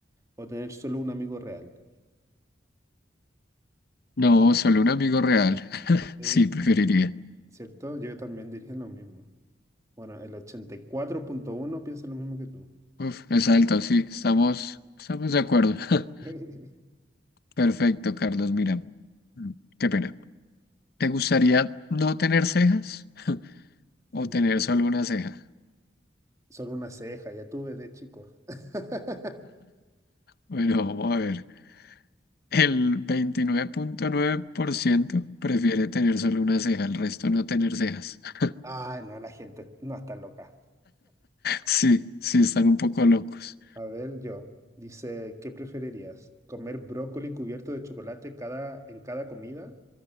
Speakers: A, on the right; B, on the left.
A: o tener solo un amigo real?
B: No, solo un amigo real. <laughs>
A: Sí,
B: Sí, preferiría.
A: ¿cierto? Yo también diría lo mismo. Bueno, el ochenta y cuatro punto uno piensa lo mismo que tú.
B: Uf, es alto, sí. Estamos, estamos de acuerdo. <laughs>
A: <laughs>
B: Perfecto, Carlos. Mira, mm, qué pena. ¿Te gustaría no tener cejas o
A: Ya.
B: tener solo una ceja?
A: Solo una ceja, ya tuve de chico. <laughs>
B: Bueno, vamos a ver. El 29.9% prefiere tener solo una ceja, el resto no tener cejas. <laughs>
A: ah no, la gente no está loca.
B: Sí, sí, están un poco locos.
A: A ver, yo. Dice, ¿qué preferirías? ¿Comer brócoli cubierto de chocolate cada, en cada comida?